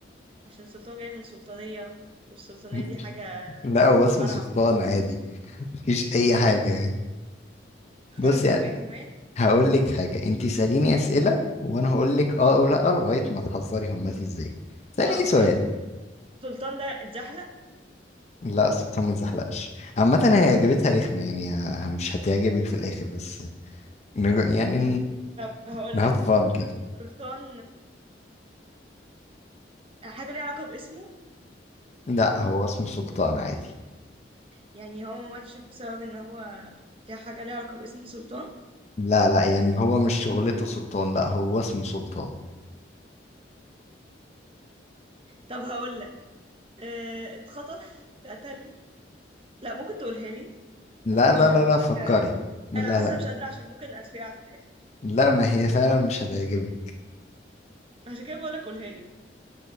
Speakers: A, on the right (about 30°); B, on the left (about 35°).
A: عشان السلطان جاي من سلطانية والسلطانية
B: <laughs>
A: دي حاجة
B: لا هو اسمه
A: قرع
B: سلطان عادي مفيش اي حاجه يعني
A: خرج
B: بصي
A: من بيته مات
B: هقول لك حاجه انت اساليني اسئله وانا هقول لك اه او لا لغايه ما تحذري هو مات ازاي اساليني
A: اه اوكي
B: سؤال
A: السلطان ده اتزحلق
B: لا سلطان ما تزحلقش عامة هي إجابتها رخمة يعني ه- مش هتعجبك في الآخر بس نج- يعني
A: طب هقول
B: نهاف
A: لك
B: فن كده
A: سلطان آه، حاجة ليها علاقة باسمه
B: لا هو اسمه سلطان عادي
A: يعني هو ما ماتش بسبب ان هو ليه حاجة ليها علاقة باسم سلطان
B: لا لا يعني هو مش شغلته سلطان لا هو اسمه سلطان
A: طب هقول لك اه اتخطف اتقتل لا ممكن تقولها لي
B: لا
A: حاسة اني
B: لا
A: ها-
B: لا
A: مش
B: لا فكري
A: قادرة
B: لا
A: لا لا حاسة
B: لا
A: مش قادرة عشان ممكن اتفقع في الاخر
B: لا ما هي <laughs> فعلا مش هتعجبك
A: عشان كده بقول لك قولها لي